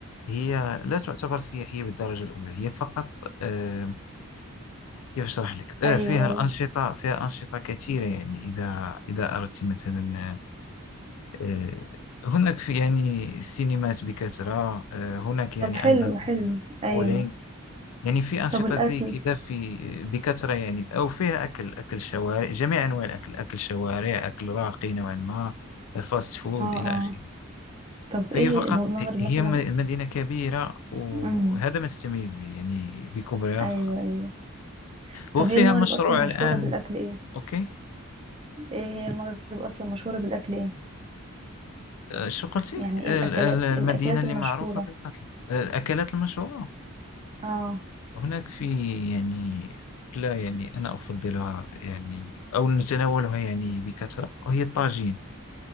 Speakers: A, on the left; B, on the right.
A: هي لا تعتبر سياحية بالدرجة الأولى هي فقط آه، كيف أشرح لك آه،
B: أيوه
A: فيها
B: أيوه
A: الأنشطة فيها أنشطة كثيرة يعني إذا إذا أردت مثلا آه، هناك في يعني سينمات بكثرة آه، هناك يعني
B: طب حلو
A: أيضا
B: حلو أيوه
A: بولينج يعني في أنشطة
B: طب الأكل
A: زي كذا في بكثرة يعني أو فيها أكل أكل شوارع جميع أنواع الأكل أكل شوارع أكل راقي نوعا ما فاست فود
B: اه
A: إلى
B: اه
A: آخره
B: طب
A: فهي
B: إيه
A: فقط
B: المغرب مثلا
A: هي م- مدينة كبيرة وهذا
B: امم
A: ما تتميز به يعني بكبرها
B: أيوه
A: فقط
B: أيوه
A: وفيها
B: طب هي المغرب
A: مشروع
B: أصلا مشهورة
A: الآن
B: بالأكل إيه؟
A: أوكي
B: إيه هي المغرب أصلا مشهورة بالأكل إيه؟
A: أه، شو قلتي
B: يعني
A: ال-
B: ايه الاكلات
A: ال- المدينة
B: الاكلات
A: اللي
B: المشهورة
A: معروفة بالقتل أه، الأكلات المشهورة
B: اه
A: هناك في يعني لا يعني أنا أفضلها يعني أو نتناولها يعني بكثرة وهي الطاجين